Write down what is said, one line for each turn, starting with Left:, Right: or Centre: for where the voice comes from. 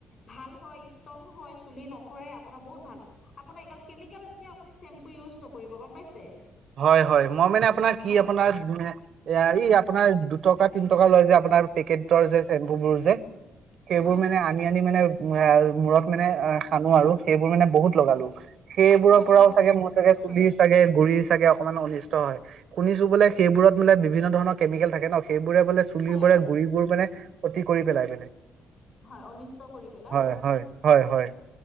Left: ভাল হয়, ষ্ট্ৰং হয়, চুলি-নখৰে আপোনাৰ বহুত ভাল। আপোনাৰ এইগাল কেমিকেল জাতীয় আপুনি চেম্পু ইউজ নকৰিব, গম পাইছে?
Right: হয় - হয়, মই মানে আপোনাৰ কি-
Left: হয়
Right: আপোনাৰ- এয়া এই আপোনাৰ দুট কা তিন টকা লয় যে আপোনাৰ পেকেটৰ যে চেম্পুবোৰ যে সেইবোৰ
Left: হয়
Right: মানে
Left: হয়
Right: আনি আনি মানে উ আৰু মূৰত মানে অ খানো আৰু সেইবোৰ মানে বহুত লগালো। সেইবোৰৰ
Left: নাই
Right: পৰাও
Left: নলগাব
Right: চাগে
Left: নলগাব
Right: মোৰ চাগে চুলি
Left: হয়
Right: চাগে গুৰিচ মানে অনিষ্ট হয় শুনিছো সেইবোৰত মানে বিভিন্ন ধৰণৰ কেমিকেল থাকে ন সেইবোৰে বোলে চুল
Left: হয়
Right: বোৰে
Left: হয়
Right: গুৰিবোৰ মানে অতি কৰি পেলাই মানে।
Left: হয় অনিষ্ট কৰি পেলাই
Right: হয় হয় হয় হয়।